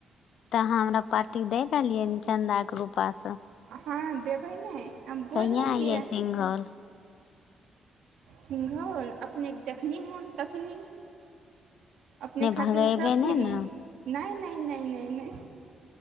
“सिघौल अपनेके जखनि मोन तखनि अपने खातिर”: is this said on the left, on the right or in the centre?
Right